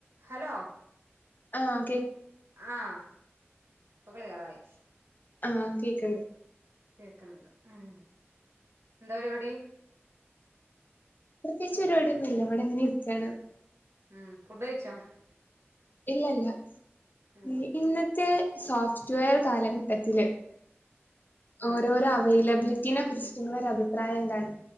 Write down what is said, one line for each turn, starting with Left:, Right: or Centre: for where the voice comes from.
Right: Hello
Left: ആ
Right: ആ ഇപ്പൊ ക്ലിയറായി
Left: ആഹ് കേക്ക്ണ്ട്
Right: കേക്കണിണ്ട് ഉം എന്താ പരിപാടി
Left: പ്രത്യേകിച്ച് പരിപാടിയൊന്നുല്ല ഇവിടെ ഇങ്ങനെ ഇരിക്കാണ്
Right: ഉം ഫുഡ്‌ കഴിച്ചോ?
Left: ഇല്ല ഇല്ല <unintelligible>
Right: ഉം
Left: ഇന്ന ത്ത് സോഫ്റ്റ്‌വെയർ കാലഘട്ടത്തില്
Right: ആഹ്
Left: ഓരോരോ അവേലിബിളി ഇതിനെ കുറിച്ചിട്ടുള്ള ഒരു അഭിപ്രായം എന്താണ്